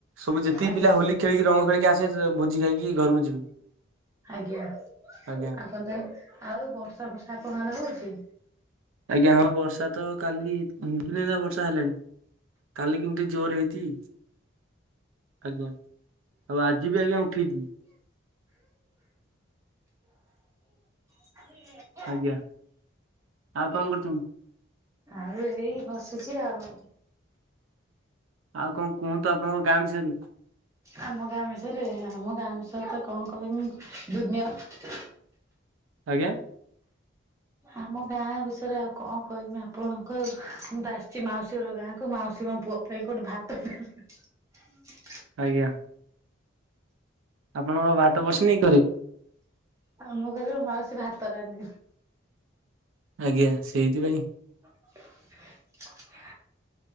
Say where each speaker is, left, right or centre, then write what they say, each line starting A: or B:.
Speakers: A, on the right; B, on the right.
A: ସବୁ ଯେତିକି
B: ଆଜ୍ଞା
A: ପିଲା ହୋଲି ଖେଳିକି ରଙ୍ଗ ଖେଳିକି ଆସେ ଭୋଜି ଖାଇକି କି ଘରକୁ ଯିବେ।
B: ଆଜ୍ଞା
A: ଆଜ୍ଞା।
B: ଆପଣ ତାହଲେ ଆଉ ବର୍ଷା ଫର୍ଷା ଆପଣଙ୍କ ଆଡେ ହଉଚି?
A: ଆଜ୍ଞା ହଁ ବର୍ଷା ତ କାଲିି ନ ଦିଦିନି ହେଲା ବର୍ଷା ହେଲାଣି। କାଲି କେମିତି ଜୋର୍ ରେ ହେଇଚି। ଆଜ୍ଞା ଆଉ ଆଜି ବି ଆଜ୍ଞା ଉଠି
B: <inaudible>
A: ଆଜ୍ଞା ଆଉ କଣ କରୁଚନ୍ତି?
B: ଆ ହେଇ ବସିଚି ଆଉ।
A: ଆଉ କଣ କୁହନ୍ତୁ ଆପଣଙ୍କ ଗାଁ ବିଷୟରେ?
B: ଆମ ଗାଁ ବିଷୟରେ ଆମ ଗାଁ ବିଷୟରେ ତ କଣ କହିବି ଦୁନିଆରେ
A: ଆଜ୍ଞା।
B: ଆମ ଗାଁ ବିଷୟରେ ଆଉ କଣ କହିବି ଆପଣଙ୍କ ମୁଁ ତ ଆସିଚି ମାଉସୀ ହର ଗାଁକୁ ମାଉସୀ ଙ୍କ ପୁଅ। <unintelligible> <inaudible>
A: ଆଜ୍ଞା। ଆପଣଙ୍କର ଭାତ ବସିନି କି ଘରେ?
B: ଆମ ଘରେ ମାଉସୀ ଭାତ ରାନ୍ଧିବ।
A: ଆଜ୍ଞା ସେଇଥିପାଇଁ
B: <inaudible>